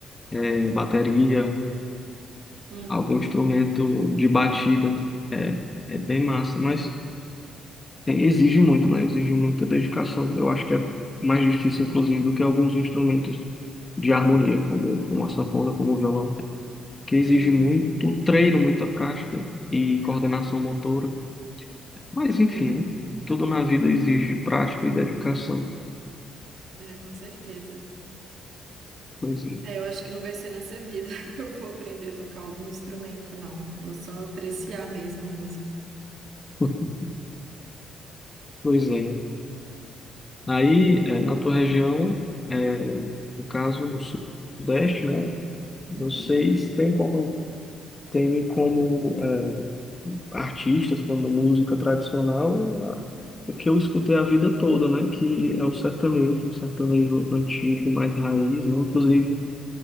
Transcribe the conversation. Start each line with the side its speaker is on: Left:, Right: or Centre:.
Left: eh, bateria,
Right: Uhum.
Left: algum instrumento de batida. É, é bem massa, mas eh, exige muito, né? Exige muita dedicação. Eu acho que é mais difícil, inclusive, do que alguns instrumentos de harmonia, como, como a sanfona, como o violão, que exige
Right: Sim,
Left: muito
Right: sim.
Left: treino, muita prática e coordenação motora. Mas enfim,
Right: É,
Left: né? Tudo na vida exige prática e dedicação.
Right: é, com certeza.
Left: Pois é.
Right: É, eu acho que não vai ser nessa vida <laughs> que eu vou aprender a tocar algum instrumento, não. Vou só apreciar mesmo música.
Left: <laughs> Pois é. Aí, é, na tua região, é, no caso, no Sudeste, né? Vocês
Right: Uhum.
Left: têm como, têm como é, artistas, como música tradicional, a- o que eu escutei a vida toda, né? Que é o sertanejo, o sertanejo antigo, mais raiz, né? Inclusive,